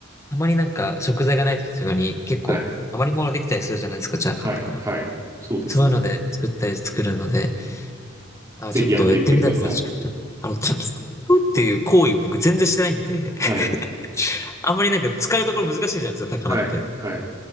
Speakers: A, on the left; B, on the right.
A: たまになんか食材がない時とかに結構余り物できたりするじゃないですか、
B: はい。
A: チャーハンとかは。
B: はい。はい。そうですね。
A: そういうので作ったり作るので、あ、
B: ぜひやってみてください。
A: ちょっとやってみたいと思います。あの、炊き込むっていう行為を僕全然してないんで、
B: はい。
A: <laughs> あんまりなんか使うところ難しいじゃないですか、高菜って。
B: はい。はい。